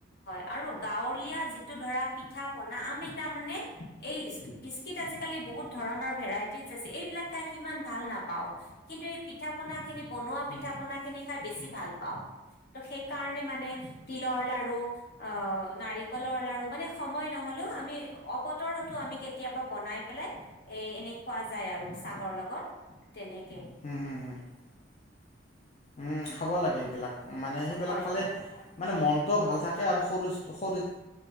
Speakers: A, on the left; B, on the left.
A: হয় আৰু গাঁৱলীয়া যি ধৰা পিঠা পনা আমি তাৰমানে এই বিস্কিট আজিকালি বহুত ধৰণৰ ভেৰাইটি এইবিলাক খায় সিমান ভাল নাপাও কিন্তু এই পিঠা পনা খিনি বনোৱা
B: অ',
A: পিঠা পনা খিনি খায় বেছি ভাল পাওঁ ত' সেইকাৰণে মানে তিলৰ লাৰু অ', নাৰিকলৰ লাৰু মানে সময় নহলেও আমি অৱতৰতো আমি কেতিয়াবা বনাই পেলাই এ এনেই খোৱা যায় আৰু চাহৰ লগত। তেনেকে।
B: হুম, <inaudible> উম', খাব লাগে এইবিলাক। মানে সেইবিলাক
A: হয়
B: খালে
A: হয়
B: মানে মনটোও ভাল থাকে আৰু শৰীৰ শৰীৰ